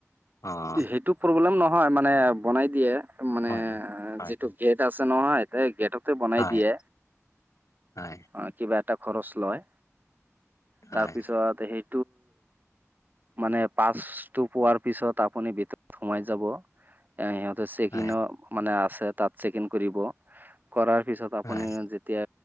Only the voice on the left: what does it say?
অ'
হয় হয়। হয়
হয়
হয়
হয়
হয়
হয়